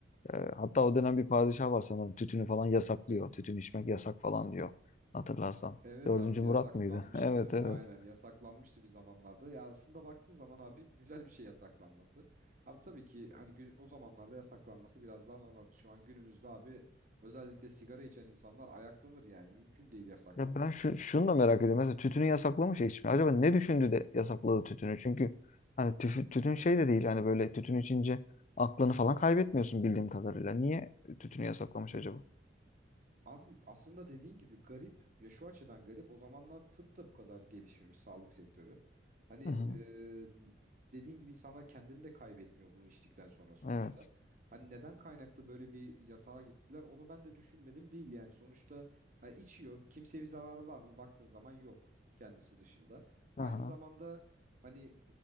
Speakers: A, on the left; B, on the right.
A: Ee, hatta o dönem bir padişah var sanırım. Tütünü falan yasaklıyor. Tütün içmek yasak falan diyor. Hatırlarsan.
B: Evet
A: Dördüncü
B: abi
A: Murat
B: yasaklanmıştı.
A: mıydı? <laughs> Evet evet.
B: Aynen yasaklanmıştı bir zamanlarda. Ya aslında baktığın zaman abi güzel bir şey yasaklanması. Abi tabii ki hani gü- o zamanlarda yasaklanması biraz daha normal. Şu an günümüzde abi özellikle sigara içen insanlar ayaklanır yani. Mümkün değil yasaklaması.
A: Ya ben şu, şunu da merak ediyorum. Mesela tütünü yasaklamış ya içmeyi. Acaba ne düşündü de yasakladı tütünü? Çünkü hani tüf- tütün şey de değil. Hani böyle tütün içince aklını falan kaybetmiyorsun bildiğim kadarıyla. Niye tütünü yasaklamış acaba?
B: Abi aslında dediğin gibi garip ya şu açıdan garip o zamanlar tıp da bu kadar gelişmemiş sağlık sektörü. Hani
A: Hı hı.
B: e, dediğin gibi insanlar kendini de kaybetmiyor bunu içtikten sonra sonuçta.
A: Evet.
B: Hani neden kaynaklı böyle bir yasağa gittiler onu ben de düşünmedim değil yani sonuçta ha, içiyor kimseye bir zararı var mı baktığın zaman yok kendisi dışında.
A: Aha.
B: Aynı zamanda hani